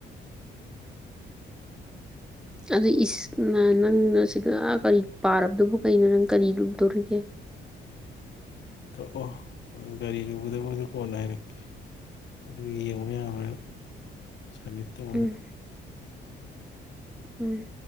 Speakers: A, in the centre; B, on the left.
A: ꯑꯗꯨ ꯏꯁꯅ ꯅꯪꯅ ꯁꯤꯗ ꯀꯔꯤ ꯄꯥꯔꯕꯗꯨꯕꯨ ꯀꯩꯅꯣ ꯅꯪ ꯀꯔꯤ ꯇꯨꯔꯒꯤꯦ
B: ꯑꯣ ꯒꯥꯔꯤ ꯂꯨꯒꯗꯕꯗꯣ ꯀꯣꯟꯅ ꯍꯥꯏꯔꯛꯀꯦ ꯑꯗꯨ ꯌꯦꯡꯕ ꯌꯥꯕ꯭ꯔꯥ ꯁꯃꯤꯠꯇꯅ
A: ꯎꯝ ꯎꯝ